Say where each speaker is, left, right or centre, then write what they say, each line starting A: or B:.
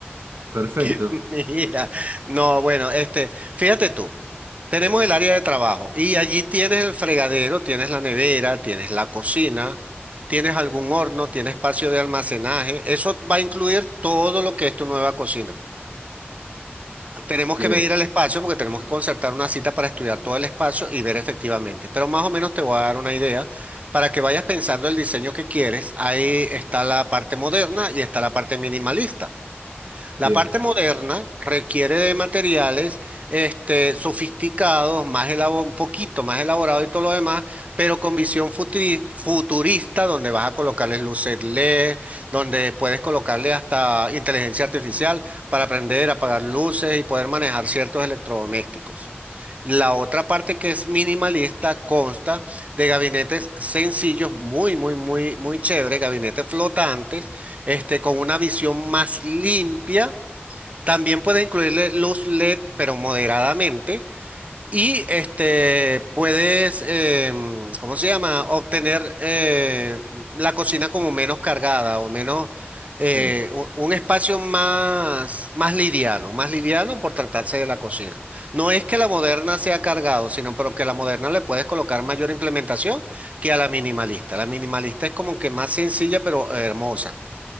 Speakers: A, on the right; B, on the right.
A: Perfecto,
B: <laughs> Mira, no, bueno, este, fíjate tú. Tenemos el área de trabajo y allí tienes el fregadero, tienes la nevera, tienes la cocina, tienes algún horno, tienes espacio de almacenaje. Eso va a incluir todo lo que es tu nueva cocina. Tenemos
A: bien,
B: que medir el espacio porque tenemos que concertar una cita para estudiar todo el espacio y ver efectivamente. Pero más o menos te voy a dar una idea para que vayas pensando el diseño que quieres. Ahí está la parte moderna y está la parte minimalista. La
A: bien.
B: parte moderna requiere de materiales este, sofisticados, más elabo- un poquito más elaborados y todo lo demás, pero con visión futuri- futurista, donde vas a colocarles luces LED, donde puedes colocarle hasta inteligencia artificial para aprender a apagar luces y poder manejar ciertos electrodomésticos. La otra parte que es minimalista consta de gabinetes sencillos, muy, muy, muy, muy chévere, gabinetes flotantes, este, con una visión más limpia también puedes incluirle luz LED, pero moderadamente. Y este, puedes, em, ¿cómo se llama? Obtener eh, la cocina como menos cargada o menos,
A: Sí,
B: eh, u- un, espacio más, más liviano, más liviano por tratarse de la cocina. No es que la moderna sea cargado, sino pero que a la moderna le puedes colocar mayor implementación que a la minimalista. La minimalista es como que más sencilla, pero hermosa.